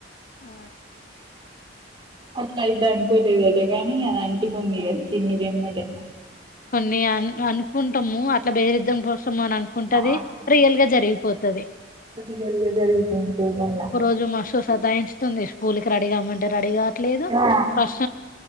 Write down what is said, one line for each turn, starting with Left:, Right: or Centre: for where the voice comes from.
Left: ఆ
Right: అట్లా ఇది అనికోలేదు అదే కాని అది అంటికుంది కిన్న గమ్మట
Left: కొన్ని అ అనుకుంట ము అట్లా బేరిద్దం పో సుమ అని అనుకుంటుది
Right: ఆ
Left: రియల్ గా జరిగిపోతుది
Right: పొలిటికల్ గా జరుగుతుంటాయి మళ్ళా
Left: ఒక రోజు మస్తు సదాయించంది స్కూల్కి రెీగామ్మంటే రెీగా లేదు
Right: ఆ
Left: ఫస్